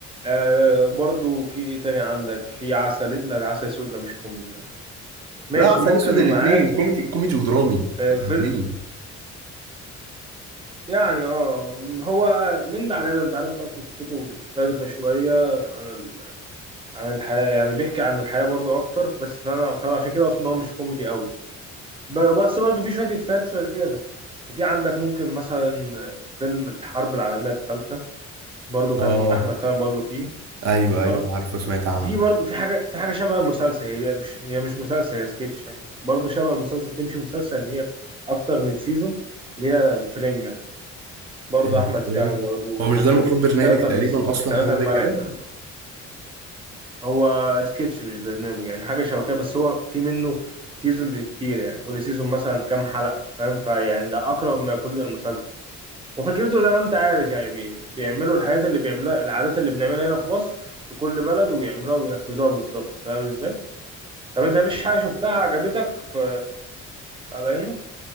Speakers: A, on the right; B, on the right.
A: آه برضو في ايه تاني عندك في عسل لا ده عسل اسود ده مش كوميدي ده ماشي
B: لا عسل
A: ممكن
B: اسود الاثنين
A: معاك
B: كوميدي كوميدي ودرامي
A: آه
B: الاثنين
A: فيلم يعني اه هو من ده على ده انت عارف بقى قصته مختلفه شويه عن ال... عن الحياه يعني بيحكي عن الحياه برضو اكتر بس فانا فانا عشان كده اصلا هو مش كوميدي قوي ب- بس برضو في شويه افيهات شغاله وفي عندك ممكن مثلا فيلم الحرب العالميه الثالثه برضو كان
B: اه
A: احمد سامي برضو فيه
B: ايوه
A: مسخره
B: ايوه عارفه سمعت عنه
A: وفي برضو في حاجه في حاجه شبه المسلسل هي مش هي مش مسلسل هي سكتش يعني برضو شبه المسلسل تمشي مسلسل ان هي اكتر من سيزون اللي هي الفرنجه برضو
B: البرنس
A: احمد سامي برضو والناس
B: هو مش ده المفروض
A: دي
B: برنامج
A: ثلاثه
B: تقريبا اصلا
A: ثلاثه
B: حاجه زي
A: المرح
B: كده
A: دول هو سكتش مش برنامج يعني حاجه شبه كده بس هو في منه سيزون كتير يعني كل سيزون مثلا كام حلقه فاهم فيعني ده اقرب ما يكون للمسلسل وفكرته زي ما انت عارف يعني بي... بيعملوا الحاجات اللي بيعملوها العادات اللي بنعملها هنا في مصر في كل بلد ويعملوها وينفذوها بالظبط فاهم ازاي؟ طب انت مفيش حاجة شفتها عجبتك في على هنا؟